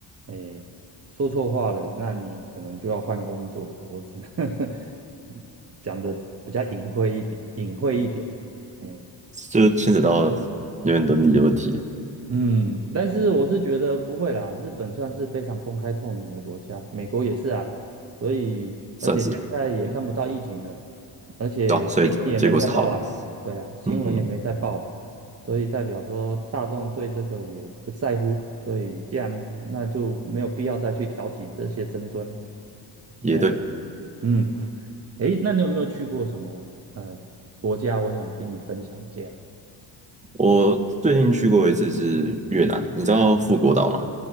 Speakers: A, on the right; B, on the right.
A: 诶说错话了，那你可能就要换工作了。我只能 <laughs> 讲的比较隐晦一点，隐晦一点。诶
B: 就牵扯到有点伦理的问题，
A: 嗯，但是我是觉得不会啦，日本算是非常公开透明的国家，美国也是啊，所以而且现在也看不到疫情了。
B: 算是了。嗯，
A: 而且新闻也没在报啊，
B: 对啊，所以结果是好的。
A: 对啊，新闻也没在报，
B: 嗯，
A: 所以代表说大众对这个也不在乎，所以既然那就没有必要再去挑起这些争端，
B: 也对。
A: 对啊，嗯，诶，那你有没有去过什么呃国家？我想听你分享一下。
B: 我最近去过一次是越南，你知道富国岛吗？